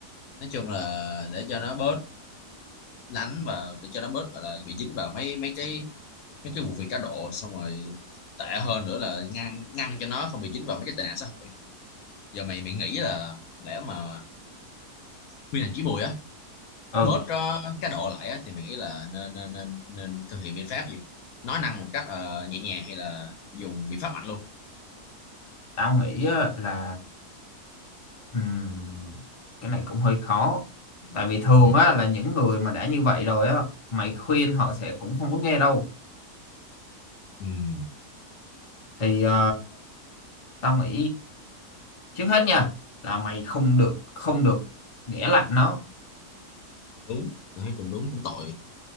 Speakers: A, on the left; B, on the left.
A: nói chung là để cho nó bớt lánh và để cho nó bớt gọi là bị dính vào mấy mấy cái mấy cái vụ việc cá độ xong rồi tệ hơn nữa là ngăn ngăn cho nó không bị dính vào mấy cái tệ nạn xã hội giờ mày mày nghĩ là lẽ mà khuyên hành chí Bùi á
B: ừ
A: bớt ờ, cá độ lại á thì mày nghĩ là nên nên nên nên thực hiện biện pháp gì nói năng một cách ờ, nhẹ nhàng hay là dùng biện pháp mạnh luôn
B: tao nghĩ á, là ừm, cái này cũng hơi khó tại vì thường
A: ừ
B: á là những người mà đã như vậy rồi á mày khuyên họ sẽ cũng không muốn nghe đâu
A: ừ
B: thì ờ, tao nghĩ trước hết nha là mày không được không được ghẻ lạnh nó
A: đúng tôi thấy cũng đúng cũng tội